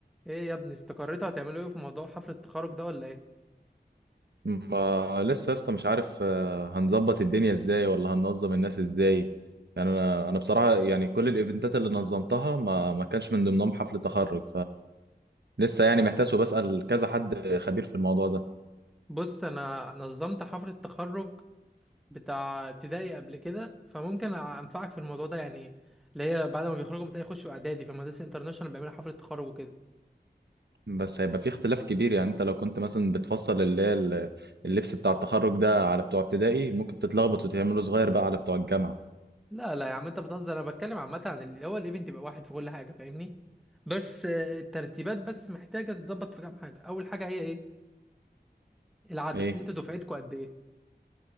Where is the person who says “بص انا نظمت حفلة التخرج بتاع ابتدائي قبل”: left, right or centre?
Centre